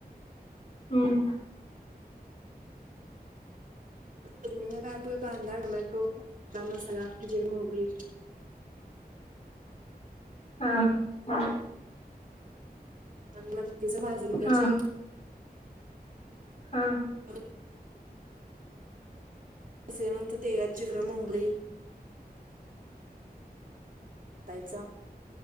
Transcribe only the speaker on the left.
हम्म,
हा ह.
हा
हा